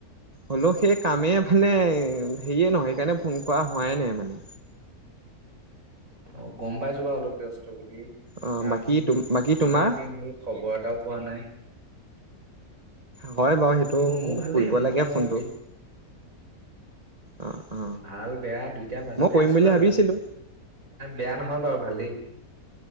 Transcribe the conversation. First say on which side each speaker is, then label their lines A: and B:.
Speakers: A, on the right (about 30°); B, on the right (about 60°).
A: হ'লেও সেই কামেই মানে
B: উম
A: হেৰিয়ে নহয়, সেইকাৰণে ফোন কৰা হোৱাই নাই মানে।
B: অ, গম পাইছো বাৰু অলপ ব্যস্ত। ব্যস্ত বুলি,
A: অঁ
B: কাৰণ
A: বাকী বাকী তোমাৰ?
B: ইমান দিন হল খবৰ এটাও পোৱা নাই।
A: হয় বাৰু সেইটো
B: বাকী মোৰ
A: মোক
B: ভালেই,
A: কৰিব
B: মোৰনো
A: লাগে ফোনটো
B: আৰু কি
A: অ অ
B: ভাল বেয়া দুইটাৰ মাজতে
A: মই কৰিম
B: আছো
A: বুলি
B: আৰু।
A: ভাবিছিলো
B: বেয়া নহয় বাৰু ভালেই।